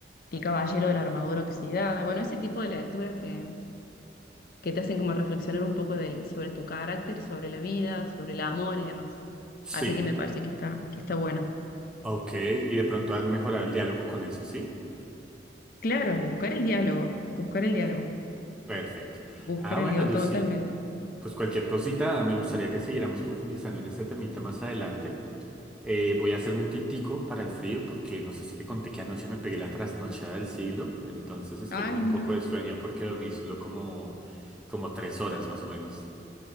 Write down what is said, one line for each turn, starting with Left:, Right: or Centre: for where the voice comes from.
Left: El Caballero de la Armadura Oxidada. Bueno, ese tipo de lecturas que, que te hacen como reflexionar un poco del- sobre tu carácter, sobre la vida, sobre el amor y demás.
Centre: sí,
Left: Así que me parece que está, que está bueno.
Centre: ok, y de pronto han mejorado el diálogo con eso, ¿sí?
Left: Claro, buscar el diálogo, buscar el diálogo,
Centre: Perfecto.
Left: buscar
Centre: Ah,
Left: el
Centre: bueno,
Left: diálogo
Centre: Lucy,
Left: totalmente.
Centre: pues cualquier cosita, me gustaría que siguiéramos profundizando en este temita más adelante. Eh, voy a hacerme un tintico para el frío, porque no sé si te conté que anoche me pegué la trasnochada del siglo, entonces estoy
Left: Ay,
Centre: con un
Left: no.
Centre: poco de sueño porque dormí solo como, como tres horas más o menos.